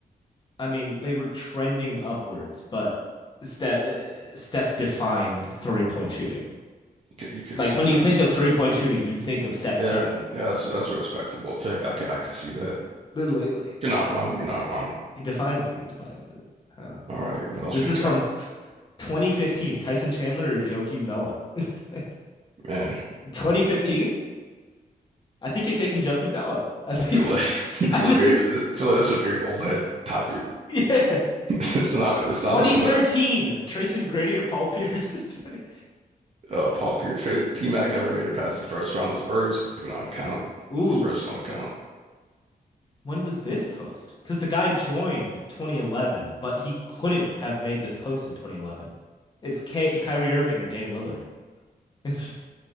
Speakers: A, on the left (about 30°); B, on the right (about 40°).
A: I mean, they were trending upwards, but Steph uh, Steph defined three point shooting.
B: You could, you could
A: Like
B: say
A: when
B: that.
A: you think
B: So
A: of three point shooting, you think of Steph
B: yeah,
A: Curry.
B: yeah, that's, that's a respectable take. I could, I could see that.
A: lately,
B: You're not wrong. You're not wrong.
A: he defines it. He defines it. Uh,
B: All right, what else
A: This
B: we
A: is
B: got,
A: from t 2015. Tyson Chandler or Joakim Noah? <laughs>
B: man?
A: 2015? I think you're taking Joakim Noah. I think,
B: I feel like <laughs>
A: <laughs>
B: this is
A: I
B: a very,
A: think,
B: I feel like this is a very old head topic.
A: yeah.
B: <laughs> It's not, it's
A: 2013.
B: not something that
A: Tracy McGrady or Paul Pierce? <laughs> 20
B: Uh, Paul Pierce. Fa- T-Mac never made it past the first round. The Spurs do not
A: I got
B: count.
A: you. Ooh,
B: The Spurs don't count.
A: when was this post? Because the guy joined 2011, but he couldn't have made this post in 2011. It's K Kyrie Irving or Dame Lillard. <laughs>